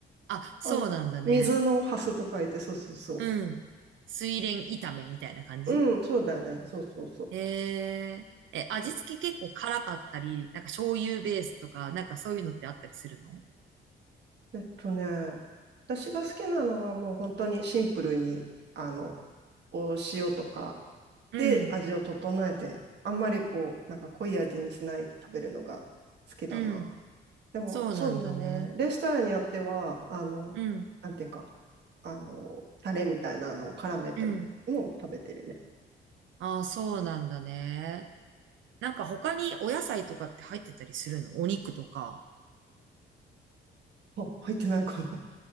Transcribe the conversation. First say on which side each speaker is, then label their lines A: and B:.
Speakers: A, on the right; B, on the right.
A: あ、
B: <laughs>
A: そうなんだね。
B: あの、水のハスと書いて、そうそうそ
A: うん。水蓮炒めみたいな感じ
B: う。うん、そうだね。そうそうそう。
A: えー、え、味付け結構辛かったり、なんか醤油ベースとか、なんかそういうのってあったりするの
B: えっとね、私が好きなのはもう本当にシンプルに、あの、お塩とか、
A: うん、
B: で味を整えて、あんまりこう、なんか濃い味にしないで食べるのが好きだな。
A: うん。
B: でも、
A: そうなんだね。
B: そうだね。レストランによっては、あの、
A: うん、
B: なんていうか、あの、タレみたいなのを絡めても、
A: うん。
B: もう食べてるね。
A: ああ、そうなんだね。なんか他にお野菜とかって入ってたりするのお肉とか。
B: あ、入ってないかも。